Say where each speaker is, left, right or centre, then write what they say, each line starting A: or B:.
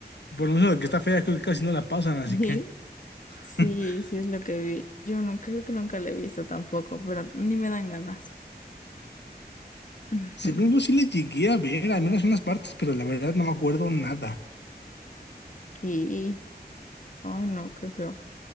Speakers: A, on the left; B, on the left.
A: por lo menos de que está fea, creo que casi no la pasan,
B: <laughs>
A: así que...
B: Sí,
A: <laughs>
B: sí es lo que vi. Yo no creo que nunca la he visto tampoco, pero ni me dan ganas. <laughs>
A: Según yo sí la llegué a ver, al menos unas partes, pero la verdad no me acuerdo nada.
B: Y, ay no, qué feo.